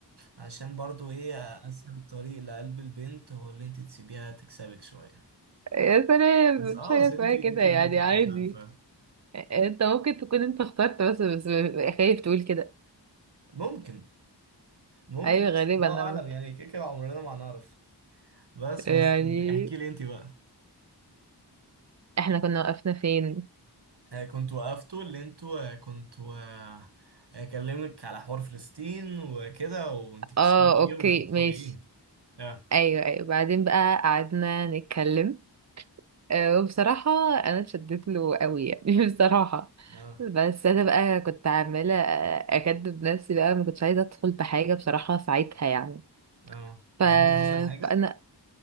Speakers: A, on the right; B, on the right.
A: عشان برضو ايه اسهل طريق لقلب البنت هو اللي انت تسيبيها تكسبك شوية
B: يا سلام
A: بس اه
B: مش حاجة
A: بس
B: اسمها
A: انت انت
B: كده يعني
A: بنت انت
B: عادي
A: مش عارفه
B: انت ممكن تكون انت اخترت بس بس خايف تقول كده
A: ممكن ممكن
B: ايوه
A: بس
B: غالبا
A: الله
B: انا
A: اعلم
B: مت-
A: يعني كده كده عمرنا ما هنعرف بس
B: يعني
A: بس احكي لي انت بقى
B: احنا كنا وقفنا فين
A: آه، كنت وقفتوا اللي انتوا آه، كنتوا آه، آه، كلمك على حوار فلسطين وكده وانت بتشربي
B: اه
A: ايه
B: اوكي
A: ومش بتشربي
B: ماشي
A: ايه اه
B: ايوه ايوه بعدين بقى قعدنا نتكلم آه، وبصراحة أنا اتشدت له قوي يعني <laughs> بصراحة
A: اه
B: بس أنا بقى كنت عمالة أكدب نفسي بقى ما كنتش عايزة أدخل في حاجة بصراحة ساعتها يعني
A: اه
B: ف...
A: ده ليه حصل حاجة؟
B: فأنا